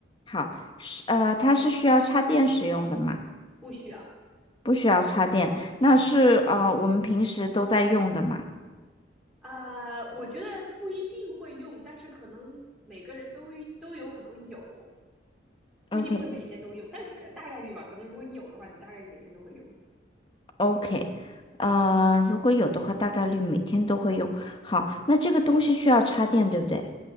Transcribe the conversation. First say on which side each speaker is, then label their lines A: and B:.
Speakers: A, on the left; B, in the centre.
A: 好，是呃，它是需要插电使用的吗？
B: 不需要。
A: 不需要插电，那是呃我们平时都在用的嘛。
B: 啊，我觉得不一定会用，但是可能每个人都都有可能有，不一定会每天都用，
A: o k
B: 但大概率吧。可能如果你有的话，你大概率每天都会用。
A: o k 呃，如果有的话，大概率每天都会用。好，那这个东西需要插电，对不对？